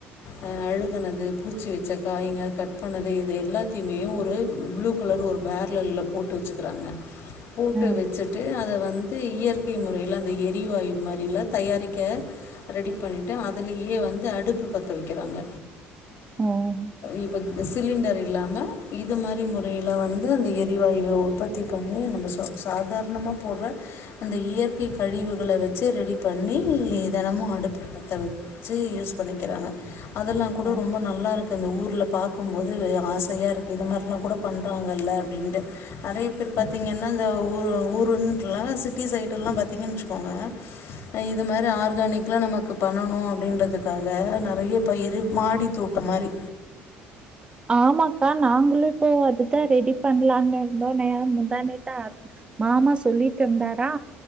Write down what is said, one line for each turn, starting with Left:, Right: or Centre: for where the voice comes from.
Left: அ அழுகுனது பூச்சி வச்சக்காய்ங்க கட் பண்ணது இது எல்லாத்தியுமே ஒரு புளூ கலர் ஒரு பேர்லல்லப்போ போட்டு வச்சுக்கிறாங்க போட்டு
Right: அ.
Left: வச்சுட்டு அத வந்து இயற்கை முறையில அந்த எரிவாயு மாறிலா தயாரிக்க ரெடி பண்ட்டு அதுலயே வந்து அடுப்பு பத்த வக்கிறாங்க
Right: ம்
Left: இப்ப இந்த சிலிண்டர் இல்லாம இது மாறி முறையில வந்து அந்த எரிவாயு உற்பத் தி பண்ணி நம்ப ச சாதாரணமா போற்ற அந்த இயற்கை கழிவுகள வச்சு ரெடி பண்ணி தெனமு அடுப்பு பத்த வெ ச்சு யூஸ் பண்ணிக்கிறாங்க அதெல்லா கூட
Right: அ,
Left: ரொம்ப நல் லா இருக்கு அந்த ஊர்ல பாக்கும்போது ஆசையா இருக்கு இது மார்லா கூட பண்றாங்கல்ல அப்டின்ட்டு நெறைய பேர் பாத்தீங்கன்னா
Right: அ.
Left: ஊ ஊருன்ட்லா சிட்டி சைடுல்லா பாத்தீங் வச்சுக்கோங்க இது மாரி ஆ ர்காணிக்லா நமக் பண்ணணு அப்டின்றதுக்காக நிறைய பயிறு மாடி தோட்டம் மாரி
Right: ஆமாக்கா நாங்களு இப்போ அதுதா ரெடி பண்ணலான்னு இருந்தோ ந முந்தாநேத்தா மாமா சொல்லிட்டு இருந்தாரா